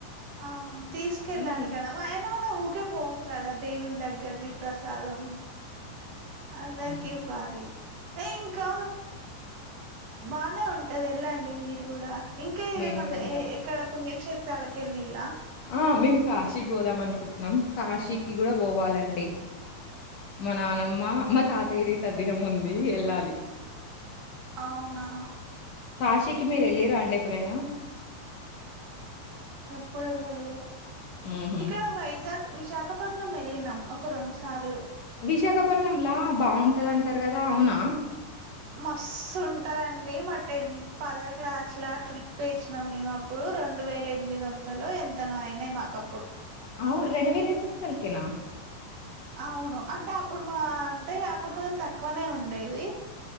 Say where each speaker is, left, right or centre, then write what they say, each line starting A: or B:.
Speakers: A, on the right (about 85°); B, on the left (about 80°).
A: అవును తీసుకెళ్ళాలి
B: హ్మ్.
A: కదా మై మనం ఊకెపోం కదా దేవుని దగ్గరిది ప్రసాదం అందరికి
B: హ్మ్.
A: ఇవ్వాలి ఏ ఇంకా బానే ఉంటది వెళ్ళండి మీరు కూడా ఇంకే ఇదేమన్నా
B: మేము గూడా ఎళ్తాం.
A: ఆ ఎక్కడ పుణ్య క్షేత్రలకి ఎల్లిలా
B: ఆ మేము కాశీకి పోదాం అనుకుంటున్నాం. కాశీకి కూడా పోవాలండి. మా నానమ్మ మా తాతయ్యది తద్దినం ఉంది వెళ్ళాలి.
A: అవునా
B: కాశీకి మీరు ఏళ్ళిరా అండి ఎప్పుడైనా
A: ఇప్పుడు వెళ్ళలేదు
B: హుహు.
A: ఇక్కడ వైజాగ్ విశాఖపట్నం వెళ్ళినాం ఒక రెండు సార్లు
B: విశాఖపట్నంలా బాగుంటదంటారు కదా అవునా
A: మస్తు ఉంటదండి మా టెన్ పదో క్లాస్ ల ట్రిప్ ఎసినాం మేము అప్పుడు రెండు వేల ఎనిమిదొందలో ఎంతనో ఐనయ్ మాకప్పుడు
B: అవ్ రెండు వేల ఎన్మిది వొందల్కేనా
A: అవును అంటే అప్పుడు మా అంటే అప్పుడు కొంచెం తక్కువనే ఉండేది